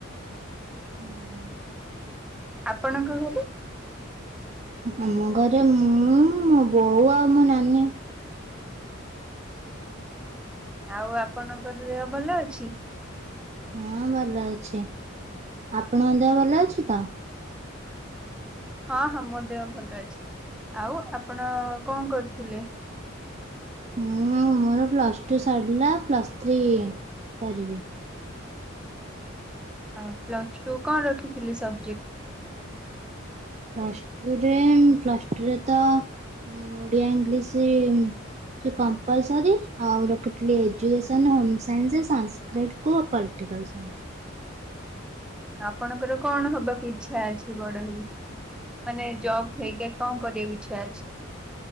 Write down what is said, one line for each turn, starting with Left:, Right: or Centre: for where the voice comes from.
Right: ହୁଁ।
Centre: ଆପଣଙ୍କ ଘରେ?
Right: ଆମ ଘରେ ମୁଁ ମୋ ବୋଉ ଆଉ ମୋ ନାନୀ।
Centre: ଆଉ ଆପଣଙ୍କର ଦେହ ଭଲ ଅଛି?
Right: ହଁ ଭଲ ଅଛି ଆପଣଙ୍କ ଦେହ ଭଲ ଅଛି ତ?
Centre: ହଁ ହଁ ମୋ ଦେହ ଭଲ ଅଛି ଆଉ ଆପଣ କଣ କରୁଥିଲେ?
Right: ମୁଁ ମୋର ପ୍ଲସ୍ ଟୁ ସାରିଲା ପ୍ଲସ୍ ଥ୍ରୀ କରିବି।
Centre: ଆଉ ପ୍ଲସ ଟୁ କଣ ରଖିଥିଲେ ସବଜେକ୍ଟ।
Right: ପ୍ଲସ ଟୁରେ ପ୍ଲସ ଟୁରେ ତ ଓଡିଆ ଇଂଲିଶ ସେ କମ୍ପାଲସରି ଆଉ ରଖିଥିଲ ଏଜୁକେସନ ହୋମ ସାଇନ୍ସ ଆଉ ସ୍ସଂସ ଗେଟକୁ ପଲିଟିକାଲ ସାଇନ୍ସ
Centre: ଆପଣଙ୍କର କଣ ହବାକୁ ଇଚ୍ଛା ଅଛି ବଡ ହେଇ? ମାନେ ଜବ୍ ହେଇକା କଣ କରିବାକୁ ଇଛା ଅଛି?